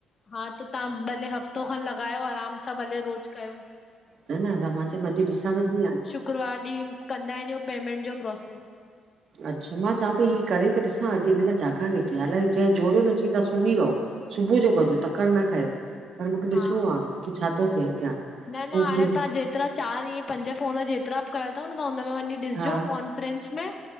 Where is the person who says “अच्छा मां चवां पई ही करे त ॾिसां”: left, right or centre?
Right